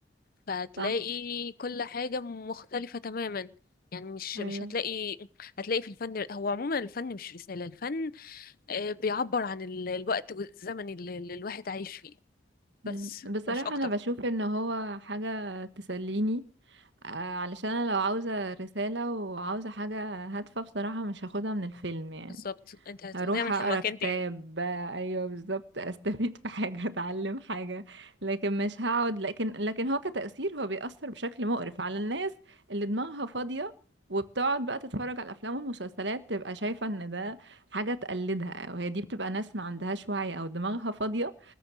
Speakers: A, on the left; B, on the right.
A: فهتلاقي
B: صح
A: كل حاجة مختلفة تماما يعني مش
B: ايوه
A: مش هتلاقي هتلاقي في الفن هو عموما الفن مش رسالة الفن آه، بيعبر عن ال- الوقت والزمن اللي اللي الواحد عايش فيه
B: مم.
A: بس
B: بصراحة
A: مش أكتر
B: أنا بشوف إن هو حاجة تسليني آه، علشان أنا لو عاوزة رسالة وعاوزة حاجة هادفة بصراحة مش هاخدها من الفيلم يعني
A: بالظبط انت هتاخديها
B: هروح
A: من
B: أقرأ
A: مكان
B: كتاب
A: تاني
B: آه، أيوه بالظبط <laughs> أستفيد في حاجة أتعلم حاجة لكن مش هقعد لكن لكن هو كتأثير هو بيأثر بشكل مقرف على الناس اللي دماغها فاضية وبتقعد بقى تتفرج على الأفلام والمسلسلات تبقى شايفة إن ده حاجة تقلدها وهي دي بتبقى ناس ما عندهاش وعي أو دماغها فاضية